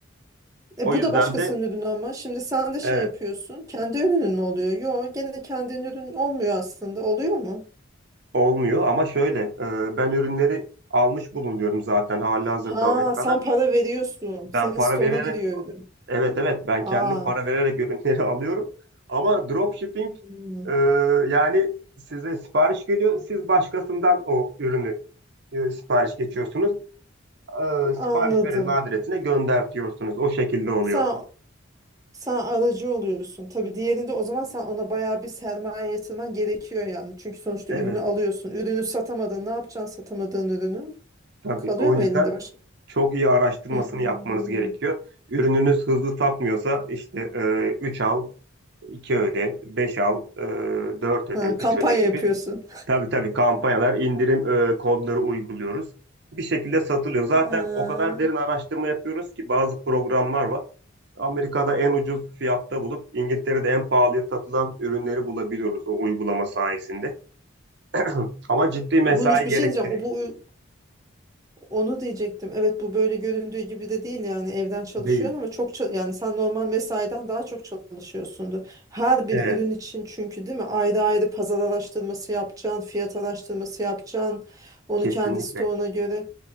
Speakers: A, on the right; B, on the right.
A: E
B: O
A: bu
B: yüzden
A: da başkasının
B: de
A: ürünü ama. Şimdi sen de şey
B: evet
A: yapıyorsun. Kendi ürünün mü oluyor? Yok, gene kendinin ürün olmuyor aslında. Oluyor mu?
B: <clears throat> olmuyor ama şöyle e, ben ürünleri almış bulunuyorum zaten halihazırda
A: Ha,
B: Amerika'da.
A: sen para veriyorsun.
B: Ben
A: Senin
B: para
A: stoğuna
B: vererek
A: giriyor ürün.
B: Evet evet ben
A: Aa,
B: kendim para vererek ürünleri <laughs> alıyorum. Ama dropshipping
A: hmm,
B: e, yani size sipariş geliyor. Siz başkasından o ürünü e, sipariş geçiyorsunuz. E, sipariş
A: anladım.
B: verenin adresine gönder diyorsunuz. O şekilde oluyor.
A: Sen Sen aracı oluyorsun. Tabii diğerinde o zaman sen ona bayağı bir sermaye yatırman gerekiyor yani. Çünkü sonuçta
B: Evet
A: ürünü alıyorsun. Ürünü satamadın. Ne yapacaksın satamadığın ürünü?
B: tabii
A: Kalıyor
B: o
A: mu
B: yüzden
A: elinde başka?
B: çok iyi araştırmasını
A: Hmm.
B: yapmanız gerekiyor. Ürününüz hızlı satmıyorsa işte e, 3 al, 2 öde, 5 al, e, 4 öde,
A: Ha,
B: 3
A: kampanya
B: öde gibi
A: yapıyorsun. <laughs>
B: Tabii tabii kampanyalar, indirim e, kodları uyguluyoruz. Bir şekilde satılıyor. Zaten
A: Ee,
B: o kadar derin araştırma yapıyoruz ki bazı programlar var. Amerika'da en ucuz fiyatta bulup İngiltere'de en pahalıya satılan ürünleri bulabiliyoruz o uygulama sayesinde. <clears throat> Ama ciddi mesai
A: bunu bir
B: gerektiriyor.
A: şey diyeceğim. O bu Onu diyecektim. Evet bu böyle göründüğü gibi de değil yani evden çalışıyorsun
B: Değil.
A: ama çok çal- yani sen normal mesaiden daha çok çalışıyorsundur. Her bir
B: Evet,
A: ürün için çünkü değil mi? Ayrı ayrı pazar araştırması yapacaksın, fiyat araştırması yapacaksın. Onu
B: kesinlikle.
A: kendi stoğuna göre.